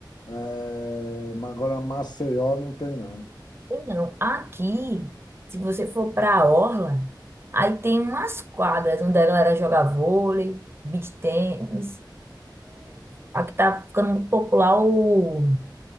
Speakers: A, on the left; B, on the right.
A: eh, mas agora Maceió não tem, não.
B: Tem Não, aqui, se você for para a orla, aí tem umas quadras onde a galera joga vôlei, beach tênis. Aqui tá ficando muito popular o,